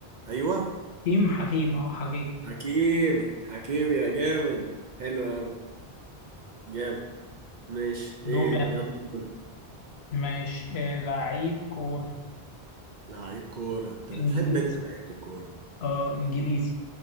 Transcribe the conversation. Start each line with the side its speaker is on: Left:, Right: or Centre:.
Right: ايوه
Left: حكيم حكيم اه حكيم
Right: حكيم حكيم يا جامد حلو قوي جامد ماشي ايه
Left: دوري أنا.
Right: يلا دورك
Left: ماشي آه لعيب كورة
Right: لعيب كورة انت
Left: انجليزي
Right: بتحب انت لعيبة الكورة
Left: اه انجليزي